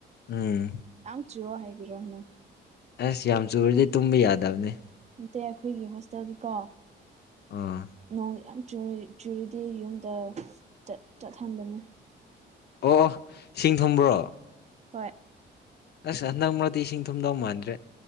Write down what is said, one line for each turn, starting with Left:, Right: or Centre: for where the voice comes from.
Left: ꯎꯝ꯫
Right: ꯌꯥꯝ ꯆꯨꯋꯣ ꯍꯥꯏꯕꯤꯔꯣ ꯅꯪ꯫
Left: ꯑꯁ ꯌꯥꯝ ꯆꯨꯔꯗꯤ ꯇꯨꯝꯕ ꯌꯥꯗꯕꯅꯤ
Right: ꯅꯠꯇꯦ ꯑꯩꯈꯣꯏꯒꯤ ꯍꯣꯁꯇꯦꯜꯗꯤꯀꯣ
Left: ꯑꯝ
Right: ꯅꯣꯡ ꯌꯥꯝ ꯆꯨ ꯆꯨꯔꯗꯤ ꯌꯨꯝꯗ ꯆꯠꯍꯟꯕꯅꯦ꯫
Left: ꯑꯣ ꯢꯁꯤꯡ ꯊꯨꯝꯕ꯭ꯔꯣ
Right: ꯍꯣꯏ
Left: ꯑꯁ ꯍꯟꯗꯛ ꯃꯔꯛꯇꯤ ꯏꯁꯤꯡ ꯊꯨꯝꯗꯧ ꯃꯥꯟꯗ꯭ꯔꯦ